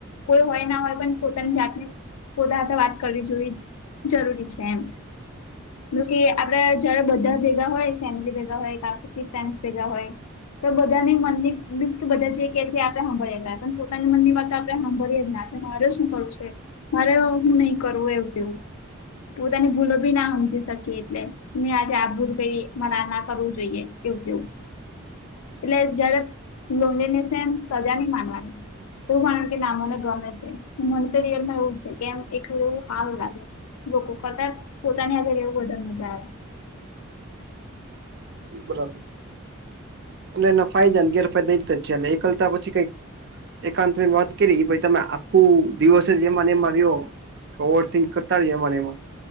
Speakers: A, on the left; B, on the right.
A: કોઈ હોય ના હોય પણ પોતાની જાતને પોતા સાથે વાત કરવી જોવી જરૂરી છે. એમ એ કે આપડા જયારે બધા ભેગા હોય ફેમિલી ભેગા હોય કા પછી ફ્રેન્ડસ ભેગા હોય તો બધાની મનની બી કેધા જે ક છે. એ આપણે સાંભળેલા પોતાની મનની વાત આપણે સાંભળીએ જ ના મારે શું કરવું છે. મારે હું નહી કરવું એવું તેવું પોતાની ભૂલો બી ના સમજી શકી એટલે આજે આપ ભૂલ કરી મરા ના કરું જોઈએ એવું કેવું એટલે જય્યારે લોનલીલેશ ને સજા નહી માનવાની એવું કારણ કે ના મને ગમે છે મને તો રીયલમાં એવું છે. કેમ એવું સારું લાગે લોકો કરતા પોતાની હાથે એવું વધારે મજા આવે
B: બરાબર છે અને એના ફાયદાને ગેરફાયદા એ જ છે. એટલે એકલતા પછી કઈક એકાંત વાત કરી ભાઈ તમે આખું દિવસે જ એમા એ એમા રિયો ઓવરથીક કરતા રએ એમા એમાં.